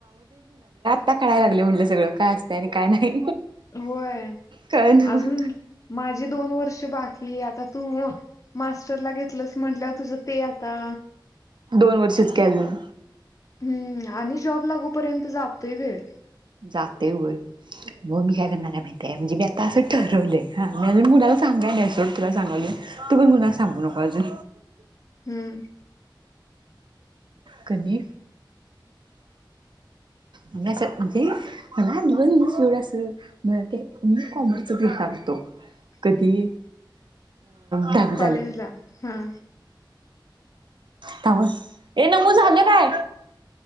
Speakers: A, on the right (about 70°); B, on the left (about 40°).
A: आता कळायला लागलय म्हनलं सगळं काय असते आणि काय नाही
B: होय
A: कळना
B: अजून माझे दोन वर्ष बा कि आता तू मास्टरला घेतलंस म्हंटल्यावर तुझ ते आता
A: दोन वर्षच कि अजून
B: हूं आणि जॉब लागूपर्यंत जातोय वेळ
A: जातय होय. हो मी आता मी काय करणार माहितीय, म्हणजे मी आता असं ठरवलंय, मी अजून कुना ला सांगाय नाही तुला सांगालोय तू पण कुणाला सांगू नको अजून
B: हं
A: कनी
B: <inaudible>
A: मी असं मनजे मला मिस होईल असं मधे मी कॉमर्स व्हा डेट टाकतो
B: <inaudible>
A: कधी? दहावी
B: कॉलेज ला हा!
A: थाम हं ए नमू झाले काय?